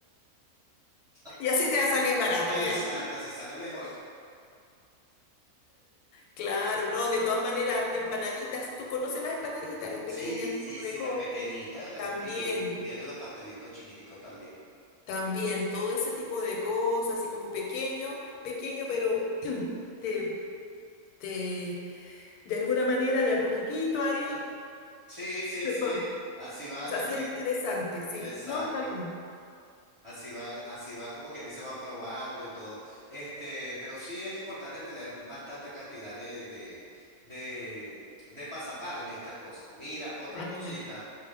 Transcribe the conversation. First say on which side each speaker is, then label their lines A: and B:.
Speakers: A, on the right; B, on the left.
A: <laughs>
B: Y así te va a salir barato
A: Exacto,
B: ya.
A: así sale mejor.
B: Claro, no, de todas maneras, empanaditas, tú conoces las empanaditas, las pequeñas
A: Sí, sí,
B: como
A: sí,
B: de cóctel,
A: la pequeñita, la-
B: también.
A: y, y- y vienen los pastelitos chiquiticos también.
B: También todo ese tipo de cosas, así como pequeño, pequeño, pero <clears throat> te, te- de alguna manera, de a poquitito ahí,
A: Sí, sí,
B: perdón,
A: sí, así van,
B: vas a
A: así,
B: ser interesante, sí,
A: exacto,
B: ¿no? Está bien.
A: así van, así van, como quien dice, van probando y todo. Este, pero sí es importante tener bastante cantidad de, de, de, de pasapalos y estas cosas. Mira, otra
B: Ah,
A: cosita.
B: claro.